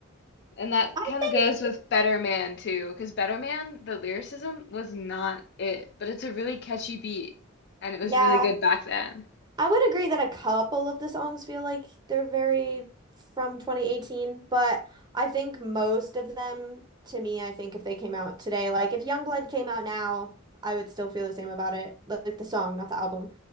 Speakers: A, on the left; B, on the right.
A: And that
B: I
A: kind
B: think,
A: of goes with Better Man too, because Better Man, the lyricism was not it, but it's a really catchy beat, and it was
B: yeah.
A: really good back then.
B: I would agree that a couple of the songs feel like they're very from 2018, but I think most of them, to me, I think if they came out today, like if Youngblood came out now, I would still feel the same about it. li- Like the song, not the album.